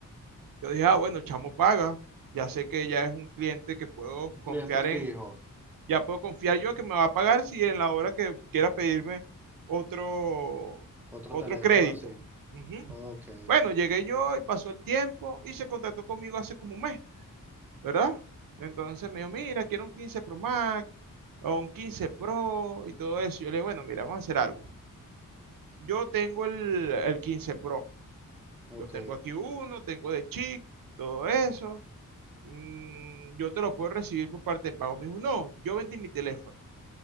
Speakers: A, on the right (about 80°); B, in the centre.
A: Yo dije, ah, bueno, el chamo paga. Ya sé que ya es un cliente que puedo
B: Un
A: confiar
B: cliente fijo,
A: en, ya puedo confiar yo que me va a pagar si en la hora que quiera pedirme otro,
B: otro
A: otro
B: teléfono
A: crédito.
B: así.
A: Ujú.
B: Ok,
A: Bueno, llegué yo y pasó el tiempo y se contactó conmigo hace como un mes, ¿verdad? Entonces me dijo, mira, quiero un 15 Pro Max o un 15 Pro y todo eso. Yo le digo, bueno, mira, vamos a hacer algo. Yo tengo el, el 15 Pro.
B: ok.
A: Yo tengo aquí uno, tengo de chic, todo eso. mm, yo te lo puedo recibir por parte de pago. Me dijo, no, yo vendí mi teléfono.